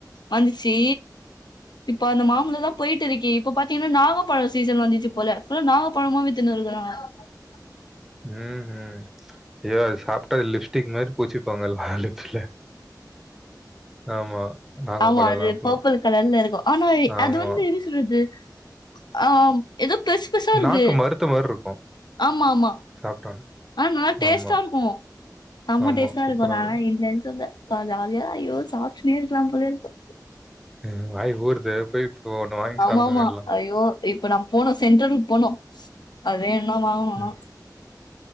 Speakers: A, on the left; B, in the centre.
A: வந்துச்சி இப்ப அந்த மாம்பழோ தா போயிட்டு இருக்கீ இப்ப பாத்தீங்கன்னா நாவப்பழ சீசன் வந்திச்சு போல ஃபுல்லா நாவப்பழமா வி்த்துனு <unintelligible>
B: உஹும் அய்யோ அத சாப்ட்டா லிப்ஸ்டிக் மாரி பூசிப்பாங்கல லிப்ஸ்ல ஆமா. நாகப்பழம்லாம்
A: ஆமா அது
B: அப்பலாம்.
A: பர்பிள் கலர்ல இருக்கு ஆனா
B: ஆமா.
A: அது வந்து எப்டி சொல்றது ஆஹ் எதோ பெருசு பெருசா இருக்கு
B: நாக்கு மருத்த மாரி இருக்கும்.
A: ஆமா ஆமா
B: சாப்ட்டோனே.
A: ஆ நல்ல டேஸ்ட்டா
B: ஆமா,
A: இருக்கு சம்ம
B: ஆமா.
A: டேஸ்ட்டா
B: சூப்பரா
A: இருக்கு நானால இல்லனு <unintelligible> ஜாலியா ஐய்யோ சாப்ட்டுன்னே இருக்கலா போல இருக்கு
B: அ வாய் ஊருது போய் ஒண்ணு வாங்கி
A: ஆமா
B: சாப்பிடுங்க
A: ஆமா
B: எல்லாம்.
A: ஐயோ இப்ப நா போனு சென்டருலுக்கு போனு அது எதனா வாங்கனும்னா
B: ம்.